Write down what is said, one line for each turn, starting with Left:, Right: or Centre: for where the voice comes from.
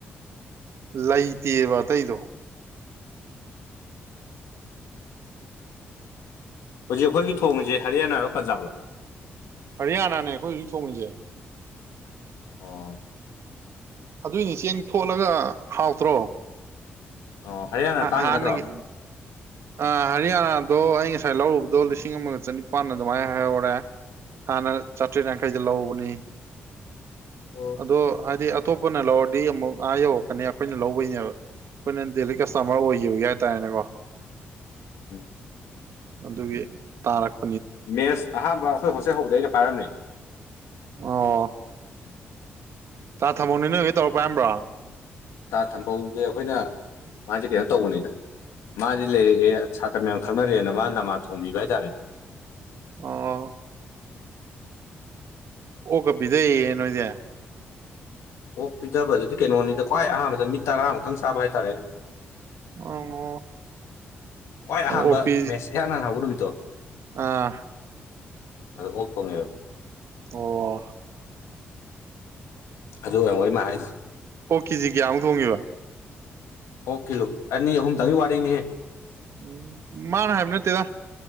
Right: ꯂꯩꯇꯦꯕ ꯑꯇꯩꯗꯣ
Left: ꯍꯧꯖꯤꯛ ꯑꯩꯈꯣꯏꯒꯤ ꯊꯣꯡꯉꯁꯦ ꯍꯔꯤꯌꯥꯅꯥꯔꯣ ꯄꯟꯖꯥꯕꯔꯣ
Right: ꯍꯔꯤꯌꯥꯅꯥꯅꯦ ꯑꯩꯈꯣꯏ ꯍꯧꯖꯤꯛ ꯊꯣꯡꯉꯤꯁꯦ
Left: ꯑꯣ
Right: ꯑꯗꯨꯏꯅꯤ ꯆꯦꯡ ꯊꯣꯠꯂꯒ ꯍꯥꯎꯇ꯭ꯔꯣ
Left: ꯑꯣ ꯍꯔꯤꯌꯥꯅꯥ ꯇꯥꯡꯉꯤ
Right: ꯍꯥꯟꯅꯒꯤ
Left: ꯅꯠꯇ꯭ꯔꯣ
Right: ꯎꯝ ꯑ ꯍꯔꯤꯌꯥꯅꯥꯗꯣ ꯑꯩ ꯉꯁꯥꯏ ꯂꯧꯔꯨꯕꯗꯣ ꯂꯤꯁꯤꯡ ꯑꯃꯒ ꯆꯅꯤꯄꯥꯟ ꯑꯗꯨꯃꯥꯏꯅ ꯍꯥꯏꯍꯧꯔꯦ ꯍꯥꯟꯅ ꯆꯥꯇ꯭ꯔꯦꯠ ꯌꯥꯡꯈꯩꯗ ꯂꯧꯕꯅꯤ
Left: ꯑꯣ
Right: ꯑꯗꯣ ꯍꯥꯏꯗꯤ ꯑꯇꯣꯞꯄꯅ ꯂꯧꯔꯗꯤ ꯑꯃꯨꯛ ꯑꯥ ꯌꯧꯔꯛꯀꯅꯤ ꯑꯩꯈꯣꯏꯅ ꯂꯧꯕꯩꯅꯦꯕ ꯑꯩꯈꯣꯏꯅ ꯗꯦꯂꯤ ꯀꯁꯇꯃꯔ ꯑꯣꯏꯈꯤꯕꯒꯒꯤ ꯍꯥꯏꯇꯥꯔꯦꯅꯦꯀꯣ
Left: ꯎꯝ
Right: ꯑꯗꯨꯒꯤ ꯇꯥꯔꯛ
Left: ꯃꯦꯠꯁ ꯑꯍꯥꯟꯕ ꯑꯩꯈꯣꯏ ꯍꯣꯁꯛ ꯍꯧꯕꯗꯩꯒ ꯄꯥꯏꯔꯝꯃꯦ
Right: ꯑꯣ ꯆꯥ ꯊꯝꯃꯣꯅꯤ ꯅꯣꯏ ꯍꯦꯛ ꯇꯧꯔ ꯄꯥꯏꯝꯕ꯭ꯔꯣ
Left: ꯇꯥ ꯊꯝꯐꯧꯁꯦ ꯑꯩꯈꯣꯏꯅ ꯃꯥꯁꯦ ꯀꯩꯅꯣ ꯇꯧꯕꯅꯤꯅ ꯃꯥꯗꯤ ꯂꯩꯔꯛꯑꯦ ꯁꯥꯇ꯭ꯔ ꯃꯌꯥꯝ ꯈꯪꯅꯔꯑꯦꯅ ꯃꯥ ꯅꯃꯥ ꯊꯣꯡꯕꯤꯕ ꯍꯥꯏꯇꯥꯔꯦ
Right: ꯑꯣ ꯑꯣ ꯀꯕꯤꯗꯣꯏ ꯌꯦꯅꯣ ꯏꯗꯌꯥ <inaudible>
Left: ꯑꯣꯛ ꯄꯤꯗꯕꯗꯨꯗꯤ ꯀꯩꯅꯣꯅꯤꯗ ꯈ꯭ꯋꯥꯏ ꯑꯍꯥꯟꯕꯗ ꯃꯤ ꯇꯔꯥꯃꯨꯛꯇꯪ ꯁꯥꯥꯕ ꯍꯥꯏꯇꯥꯔꯦ
Right: ꯑꯣ
Left: ꯈ꯭ꯋꯥꯏ ꯑꯍꯥꯟꯕ
Right: ꯑꯣꯛ ꯄꯤ
Left: ꯃꯦꯠꯁ ꯏꯍꯥꯟ ꯍꯥꯟꯅꯥ ꯍꯧꯕꯅꯨꯃꯤꯠꯇꯣ
Right: ꯑꯥ <inaudible>
Left: ꯑꯗ ꯑꯣꯛ ꯊꯣꯡꯉꯦꯕ
Right: ꯑꯣ
Left: ꯑꯗꯨ ꯑꯣꯏꯔꯝ ꯃꯣꯏ ꯏꯃ ꯍꯥꯏꯗꯣ
Right: ꯑꯣ ꯀꯦꯖꯤ ꯀꯌꯥꯃꯨꯛ ꯊꯣꯡꯉꯦꯕ
Left: ꯀꯤꯂꯣ ꯑꯅꯤ ꯑꯍꯨꯝ ꯇꯪꯒꯤ ꯋꯥ ꯋꯥꯔꯤꯔꯅꯤ
Right: ꯎꯝ ꯃꯥꯅ ꯍꯥꯏꯕ ꯅꯠꯇꯦꯗ